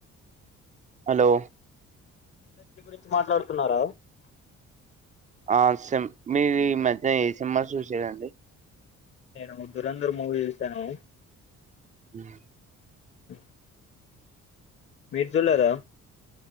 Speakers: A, on the right; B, on the left.
A: హలో
B: వ్యక్తి గురించి మాట్లాడుతున్నారా?
A: ఆ సెమ్. మీరు ఈ మధ్య ఏ సినిమా చూసిరండి?
B: నేను దురధర్ మూవీ చేశాను.
A: ఉమ్
B: <unintelligible> మీరు చూడలేదా?